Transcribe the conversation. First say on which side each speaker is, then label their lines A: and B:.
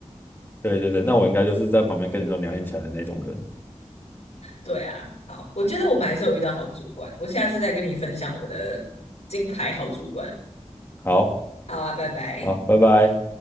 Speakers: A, on the left; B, on the left.
A: 对对对，那我应该就是在旁边跟你说你要硬起来的那种人。
B: 对啊，好，我觉得我们还是有遇到好主管，我下次再跟你分享我的金牌好主管。
A: 好，
B: 好啊，拜拜。
A: 好，拜拜。